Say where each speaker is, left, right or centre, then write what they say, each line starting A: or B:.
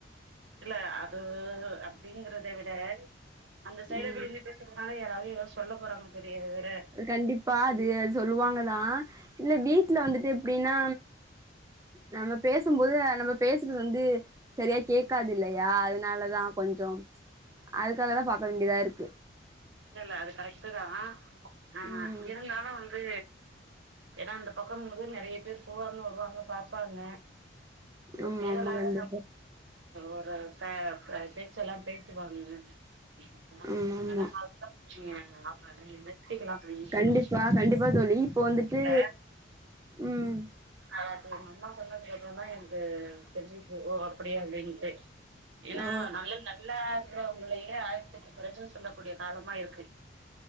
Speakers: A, on the right; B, on the right.
A: இல்ல அது அப்டிங்கறத விட அந்த சைடுல
B: ம்
A: இருந்து பேசறப்பலா யாராவது ஏதோ சொல்ல போறாங்க பெரிய வேற
B: அது கண்டிப்பா அது அது சொல்லுவாங்கதா இல்ல வீட்ல வந்துட்டு எப்டின்னா நம்ம பேசுமாபோது நம்ம பேசுறது வந்து சரியா கேக்காது இல்லையா அதனாலதா கொஞ்சோ அதுக்காகதா பாக்க வேண்டியதா இருக்கு
A: இல்ல இல்ல அது கரெக்ட்டுதா ஆ
B: ம்
A: இருந்தாலு வந்து ஏனா அந்த பக்கம் வந்து நெறைய பேர் போவாங்க வருவாங்க பாப்பாங்க ஒரு
B: ஆமா
A: தேவல்லாத
B: ஆமா கண்டிப்பா
A: ஒரு ப பேச்செல்லா பேசுவாங்க ஆ
B: ஆமா
A: அதுனால
B: ஆமா
A: அதுதா பிரச்சனையா ஆமா இனி நிறுத்திக்லா நெனைக்கிற
B: கண்டிப்பா கண்டிப்பா தோழி இப்போ வந்துட்டு
A: இல்ல
B: ம்
A: அதா உங்கம்மா சொன்னதுக்கு அப்பறந்தா எனக்கு அது தெரிஞ்சுச்சு ஓ அப்டியா அப்டின்ட்டு ஏனா
B: ஓ
A: நல்ல நல்ல வங்களையே ஆயரத்தெட்டு குறைகள் சொல்லக்கூடிய காலமா இருக்கு